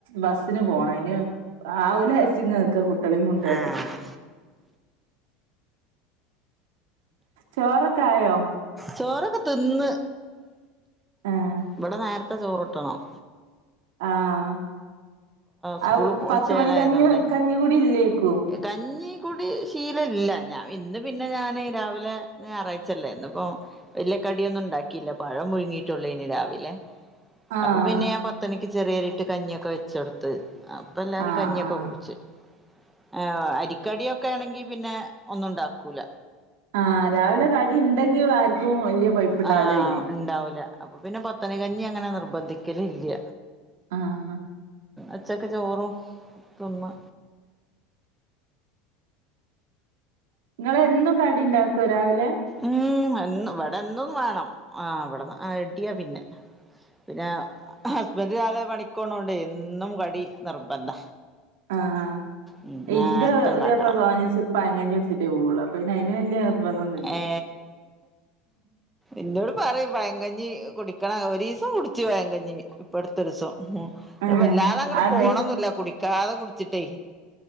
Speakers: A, on the right (about 90°); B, in the centre.
A: ബസിന് പോണം അയിനെ ആവൂല വിചാരിച്ചു നിൽക്കുകയാണ് കുട്ടിയോളി കൊണ്ടാട്ട്
B: ആഹ്
A: ചോറൊക്കെ ആയോ
B: ചോറൊക്കെ തിന്ന്
A: ആഹ്
B: ഇവിടെ നേരത്തെ ചോറിട്ടണം
A: ആഹ
B: സ്കൂള്
A: ആ
B: പോയി
A: പത്തു
B: ചേലായതോണ്ടേ
A: മണി കഞ്ഞികുടിയിലേക്കും
B: കഞ്ഞി കൂടി ശീല ഇല്ല ഞൻ ഇന്ന് പിന്നെ ഞാൻ രാവിലെ ഞായറാഴ്ചല്ലേ ഇന്ന ഇപ്പ വല കടിയൊന്നും ഉണ്ടാക്കിയില്ല പഴം പുഴങ്ങിയിട്ടുള്ളൂ ഇനി രാവിലെ
A: ആഹ്
B: അപ്പൊ പിന്നെ ഞാൻ പത്തണിക്ക് ചെറിയരിട്ട് കഞ്ഞിയൊക്കെ വെച്ച കൊടുത്തത് അപ്പ എല്ലാരും
A: ആഹ്
B: കഞ്ഞിയൊക്കെ
A: ആഹ്
B: കുടിിച്ചച്ച് ആർ അരിക്കടിയൊക്കെ ആണെങ്കി പിന്നെ ഒന്നും ഉണ്ടാക്കൂല
A: ആഹ രാവിലെ കടി ഉണ്ടെങ്കി ആർക്കും കൊഴപ്പുണ്ടാവൂല
B: ആഹ
A: പിന്നെ
B: ഉണ്ടാവൂല അപ്പൊ പിന്നെ പത്തണികഞ്ഞി അങ്ങനെ നിർബന്ധിക്കല ഇല്ല
A: ആഹ്
B: ഉച്ചക്ക് ചോറും തിന്ന്
A: നിങ്ങള എന്നും കടി ഉണ്ടാക്കും രാവിലെ
B: ഉം ഇവിടെന്തോന്ന് വേണം ആ ഇവിടെന്ന് റെഡിയാ പിന്നെ പിന്നെ ഹസ്ബന്ഡ് കാലെ പണിക്കോണം കൊണ്ട് എന്നും കടി നിർബന്ധ
A: ആഹ
B: ഉം നേരത്തെണ്ടാക്കണം
A: ഇന്റെ പുതിയാപ്പിള തോനെ ദിവസവും പഴങ്കഞ്ഞി കുടിച്ചിട്ട് പോകൂ അപ്പം പിന്നെ അയിന് വല്യ നിർബന്ധൊന്നുല്ല
B: ഏ ഇന്നോട് പറയും ഭയങ്കര കഞ്ഞി കുടിക്കണം ഒരു ദിവസം കുടിിച്ചു പഴങ്കഞ്ഞി ഇപ്പം അടുത്ത ഒരു ദിവസം ഉ
A: ഏഹ്
B: വല്ലാതെ അങ്ങട്ട
A: അത്
B: പോണൊന്നില്ല കുടിക്കാതെ കുടിച്ചിട്ടേ